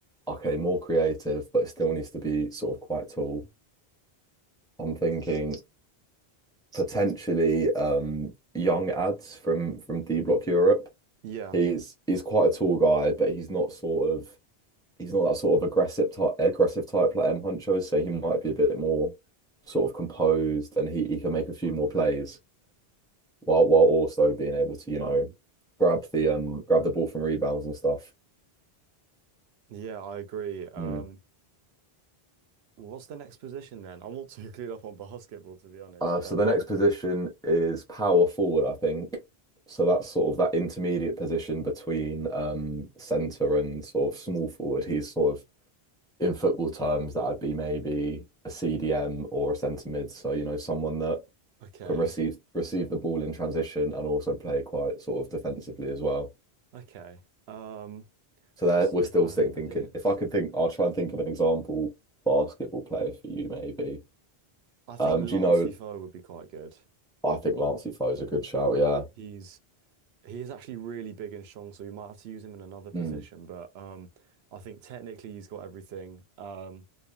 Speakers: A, in the centre; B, on the right.
A: okay, more creative, but it still needs to be sort of quite tall. I'm thinking potentially um young ads from from D Block Europe.
B: Yeah,
A: He's he's quite a tall guy, but he's not sort of he's not that sort of aggressive type aggressive type like M Huncho is, so he might be a bit more sort of composed and he, he can make a few more plays while while also being able to, you know, grab the um grab the ball from rebounds and stuff.
B: yeah, I agree. Um.
A: Hmm.
B: What's the next position then? I'm not <laughs> too clued up on basketball, to be honest,
A: Uh,
B: but
A: so the next position is power forward, I think. So that's sort of that intermediate position between um, centre and sort of small forward. He's sort of in football terms that'd be maybe a CDM or a centre mid. So you know someone that
B: okay.
A: can receive receive the ball in transition and also play quite sort of defensively as well.
B: Okay. Um,
A: So there
B: let's see
A: we're still
B: if I
A: think,
B: have any
A: thinking.
B: ideas.
A: If I could think, I'll try and think of an example basketball player for you maybe.
B: I think
A: Um,
B: Lancey
A: do you know?
B: Foe would be quite good.
A: I think Lancey Foe's a good shout. Yeah.
B: He's he is actually really big and strong, so you might have to use him in another position,
A: Mm.
B: but um I think technically he's got everything. Um